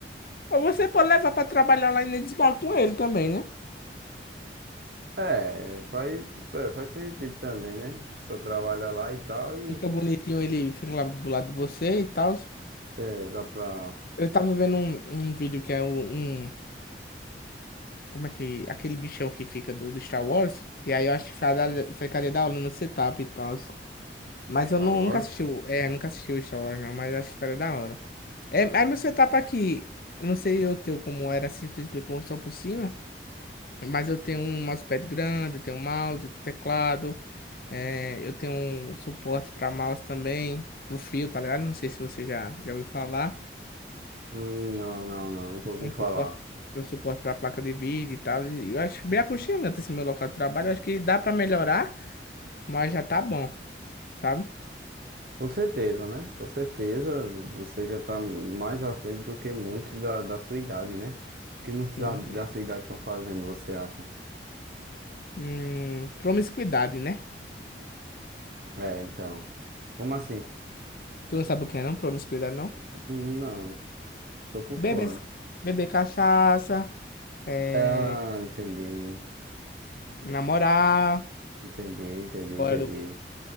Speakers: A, on the left; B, on the right.
A: Ou você pode levar pra trabalhar lá em Edisbar com ele também, né?
B: É, faz, é, faz sentido também, né? Só trabalha lá e tal e.
A: Fica bonitinho, ele fica lá do lado de você e tal.
B: É, dá pra
A: Eu tava vendo um, um vídeo que é um, um Como é que. Aquele bichão que fica do, do Star Wars. E aí eu acho que ficaria ficaria da hora no setup e tal. Mas
B: Star
A: eu nu-
B: Wars?
A: nunca assisti. o- É, nunca assisti o Star Wars, não, mas acho que ficaria da hora. É, aí meu setup aqui. eu Não sei o teu como era assim, tu explicou só por cima. Mas eu tenho um mousepad grande, eu tenho um mouse, teclado. é, eu tenho um suporte pra mouse também. Pro fio, tá ligado? Não sei se você já, já ouviu falar.
B: Hum, não, não, não, nunca ouvi
A: Tem um
B: falar.
A: suporte, tem um suporte para placa de vídeo e tal. E Eu acho bem aconchegante esse meu local de trabalho. Eu acho que dá para melhorar, mas já tá bom, sabe?
B: Com certeza, né? Com certeza você já tá mais à frente do que muitos da, da sua idade, né? O que muitos
A: Sim,
B: da, da
A: sim.
B: sua idade estão fazendo, você acha?
A: Hum, promiscuidade, né?
B: É, então. Como assim?
A: Tu não sabe o que é, não? Promiscuidade, não?
B: Hum, Não, tô por
A: Beber,
B: fora.
A: beber cachaça, é,
B: Ah, entendi.
A: namorar,
B: Entendi, entendi, entendi.
A: fora do...